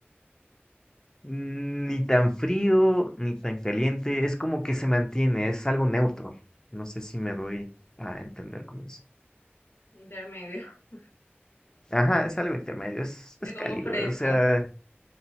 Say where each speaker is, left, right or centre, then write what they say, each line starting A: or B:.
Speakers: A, on the left (about 15°); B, on the left (about 65°).
A: ni tan frío ni tan caliente, es como que se mantiene, es algo neutro. No sé si me doy a entender con eso.
B: Intermedio. <laughs>
A: Ajá, es algo intermedio, es, es
B: Es
A: cálido,
B: como fresco.
A: o sea,